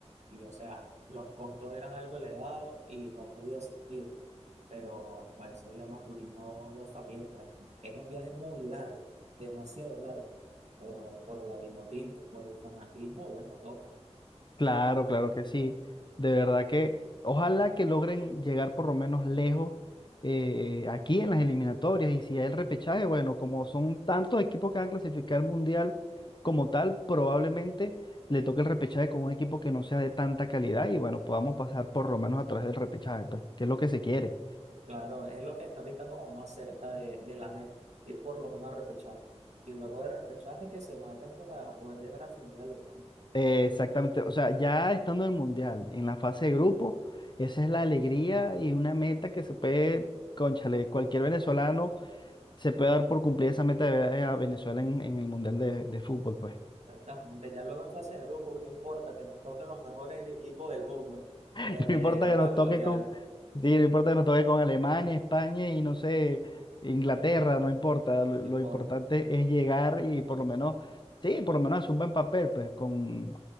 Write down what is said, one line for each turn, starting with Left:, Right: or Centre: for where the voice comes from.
Right: Y, o sea, los costos eran algo elevados y no pude asistir. Pero para hacerle Maturín no lo sabía, pues. Es un viaje muy largo, demasiado largo. Pero por la Vinotinto, por el fanatismo, bueno, toca.
Left: Claro, claro que sí. De verdad que ojalá que logren llegar por lo menos lejos eh, aquí en las eliminatorias y si hay el repechaje, bueno, como son tantos equipos que van a clasificar al mundial como tal, probablemente le toque el repechaje con un equipo que no sea de tanta calidad y bueno, podamos pasar por lo menos a través del repechaje, pues, que es lo que se quiere.
Right: Claro, es lo que está ahorita como más cerca de, de la meta, ir por lo menos al repechaje. Y luego de repechaje que se maten para poder llegar al mundial, hermano.
Left: Eh, exactamente, o sea, ya estando en el mundial, en la fase de grupo, esa es la alegría y una meta que se puede, cónchale, cualquier venezolano se puede dar por cumplir esa meta de ver a Venezuela en, en el Mundial de, de Fútbol, pues.
Right: Exactamente, ya luego en fase de grupo, no importa, que nos toquen los mejores equipos del mundo,
Left: <laughs>
Right: pero
Left: No
Right: llegamos
Left: importa que nos
Right: al mundial,
Left: toque con, sí, no importa que nos toque con Alemania, España y no sé, Inglaterra, no importa. Lo, lo
Right: no importa.
Left: importante es llegar y por lo menos, sí, por lo menos hacer un buen papel, pues, con,